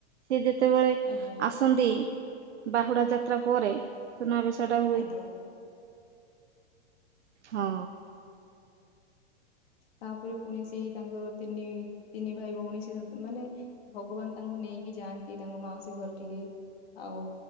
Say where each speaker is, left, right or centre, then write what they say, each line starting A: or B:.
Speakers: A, on the right; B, on the left.
A: ସିଏ ଯେତେବେଳେ
B: ଆଜ୍ଞା
A: ଆସନ୍ତି ବାହୁଡା ଯାତ୍ରା ପରେ ସୁନାବେସ ଟା ହୁଏ।
B: ଆଜ୍ଞା
A: ହଁ
B: ତା'ପରେ ପୁଣି ସେଇ ତାଙ୍କର ତିନି, ତିନି ଭାଇ ଭଉଣୀ, ସିଏ ସେତେ ମାନେ ଭଗବାନ ତାଙ୍କୁ ନେଇକି ଯାଆନ୍ତି ତାଙ୍କ ମାଉସୀ ଘର ଠିକି। ଆଉ